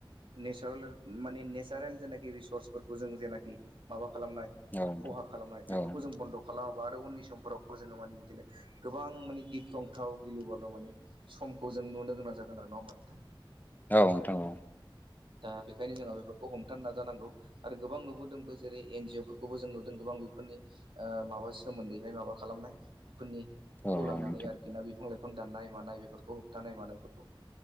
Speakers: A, on the right; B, on the left.
A: नेचारेल माने नेचारेल जेनाखि रिसर्सफोरखौ जों जेनाखि माबा खालामनाय
B: औ
A: खहा खालामनाय बेफोरखौ
B: नोंथां औ
A: जों बन्द खालाम आरो उननि समफोराव जोङो माने बिदिनो गोबां माने गिख्रंथाव गिलु बालु माने सम खौ जों नुनो गोनां जागोन आरो नङा होनबा
B: औ नोंथां औ
A: दा बेखायनो जोंहा बेफोरखौ हमथानो नाजानांगौ आरो गोबां नुबोदोंबो जेरै एन जिअफोर खौबो जों नुदों गोबां बेफोरनि माबानि सोमोन्दैहाय माबा खालामनाय फोरनि खौ
B: औ
A: लानानै
B: नोंथां औ
A: आरोखि ना बिफां लाइफां दाननाय मानाय बेफोरखौ होबथानाय मानायफोरखौ